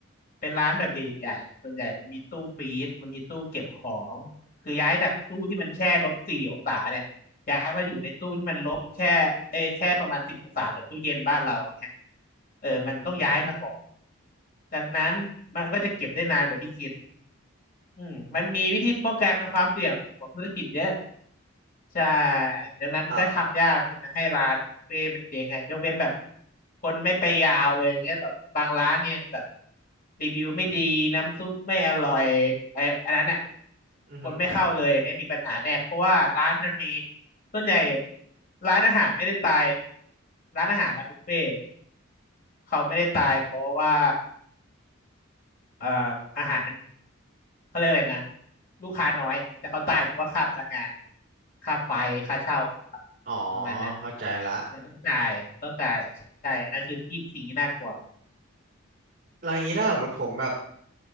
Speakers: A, on the left; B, on the right.
A: เป็นร้านแบบใหญ่ๆอะส่วนใหญ่มันมีตู้ฟรีซมันมีตู้เก็บของคือย้ายจากตู้ที่มันแช่ลบสี่องศาเนี่ยย้ายมาอยู่ในตู้ที่มันลบแค่เอยแค่ประมาณสิบองศาเหมือนตู้เย็นบ้านเราอย่างเงี้ยเออมันต้องย้ายมาก่อน
B: อืม
A: ดังนั้นมันก็จะเก็บได้นานกว่าที่คิดอืมมันมีวิธีป้องกันความเสี่ยงของธุรกิจเยอะ ใช่ดังนั้นมันก็ทำยากจะให้ร้านบุฟเฟ่ต์มันเจ๊งไงยกเว้นแบบ
B: อ่ะ
A: คนไม่ไปยาวเลยเงี้ยแบบบางร้านเนี่ยแบบรีวิวไม่ดีน้ำซุปไม่อร่อยไอ้อันนั้นอ่ะ
B: อือหือ
A: คนไม่เข้าเลยอันเนี้ยมีปัญหาแน่เพราะว่าร้านมันมีส่วนใหญ่ร้านอาหารไม่ได้ตายร้านอาหารร้านบุฟเฟ่ต์เขาไม่ได้ตายเพราะว่า เอ่ออาหารมันเขาเรียกอะไรนะลูกค้าน้อยแต่เขาตายเพราะว่าค่าพนักงานค่าไฟค่าเช่าครับประมาณนั้น
B: อ๋อเข้าใจละ
A: มันต้องจ่ายมันต้องจ่ายใช่อันนั่นคือที่สิ่งที่น่ากลัว
B: แล้วอย่างนี้ถ้าสมมติผมแบบ